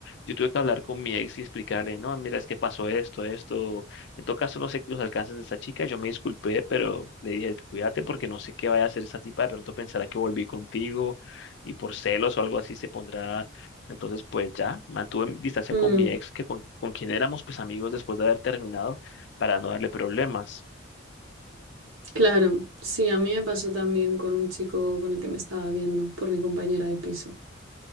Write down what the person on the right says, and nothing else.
Mm.
Claro, sí, a mí me pasó también con un chico con el que me estaba viendo por mi compañera de piso.